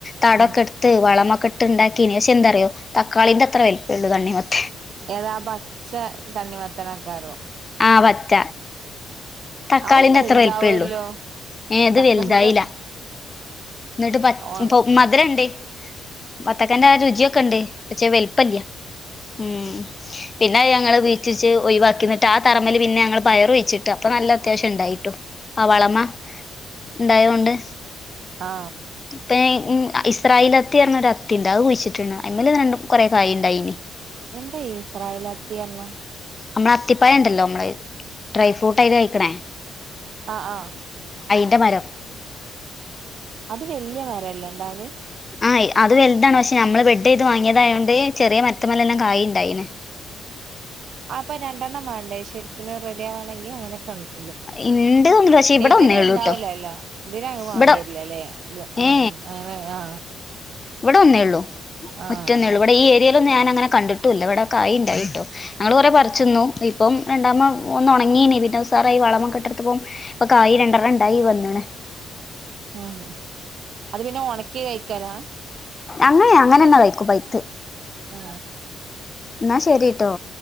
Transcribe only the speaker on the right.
ആ
ഏതാ പച്ച തണ്ണി മത്തനാകാരം
അതും വലുതാവല്ലോ
തക്കാളിന്റെ
അത്ര
ഓ
ആ
എന്താ ഇസ്രായേലത്തിയർഞാ
ആ ആ
അത് വെല്ല്യ മരല്ലേണ്ടാവല്
അപ്പം രണ്ടെണ്ണം വേണ്ടേ ശരിക്ക്ന് റെഡിയാവാണെങ്കിൽ അങ്ങനൊക്കെ ണ്ട്
ഇതിന്
ഇണ്ടാവൂലല്ലോ
ഇതിനങ്ങ് വാണ്ടിരിലല്ലേ
അ
ആ ആ
ആഹ്
ആ അത് പിന്നെ ഒണക്കി കഴിക്കാലാ
ആ